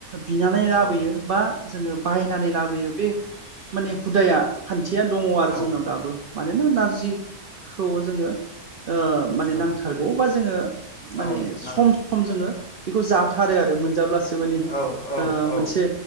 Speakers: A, on the right; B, on the left.
A: बिनानै लाबोयो
B: औ
A: बा जोङो बायनानै लाबोयो बे माने हुदाया खान्थिया दङ आरो
B: औ
A: जोंनाव दाबो मानोना नारजिखौ जों ओ ओ माने
B: औ
A: नांथारगौ बा जोङो माने
B: औ नांगौ
A: सम सम जोङो बेखौ जाथारो आरो। मोनजाब्लास माने
B: औ औ औ
A: मोनसे